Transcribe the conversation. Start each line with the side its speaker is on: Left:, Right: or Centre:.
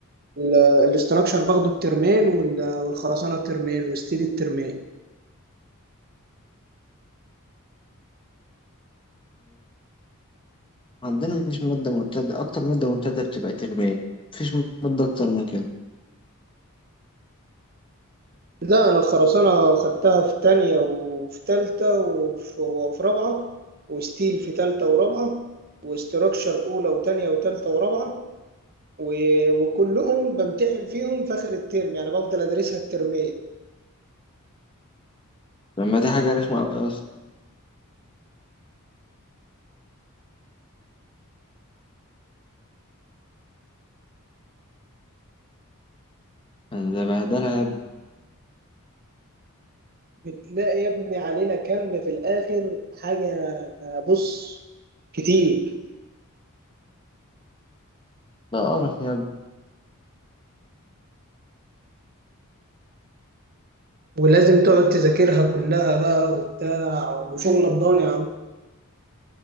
Right: ال- الاستراكشر باخده بترمين وال- والخرسانة بترمين وستيل الترمين
Left: عندنا مش مادة مبتدأ أكتر مادة مبتدأ بتبقى ترمين مفيش مادة أكتر من كده
Right: لا أنا الخرسانة خدتها في تانية وفي تالتة وفي, وفي رابعة وستيل في تالتة ورابعة واستراكشر أولى وتانية وتالتة ورابعة و- وكلهم بمتحن فيهم في آخر الترم يعني بفضل أدرسها الترمين
Left: لما دي حاجة رخمة أوي أصلا يعني ده بهدلها يا ابني
Right: بتلاقي يا ابني علينا كم في الآخر حاجة بص كتير
Left: ده قرف يا ابني
Right: ولازم تقعد تذاكرها كلها بقى وبتاع وشغل الضاني